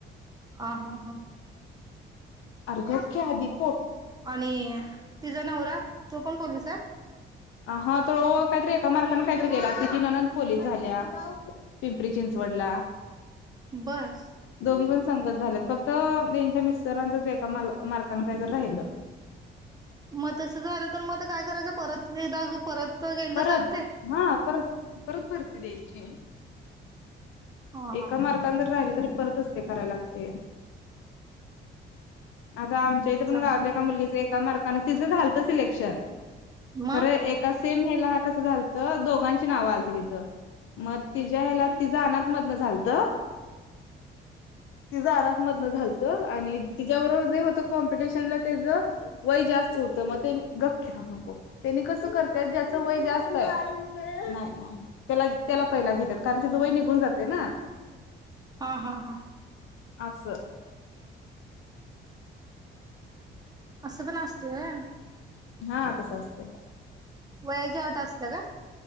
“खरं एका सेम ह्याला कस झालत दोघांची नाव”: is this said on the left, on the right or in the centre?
Left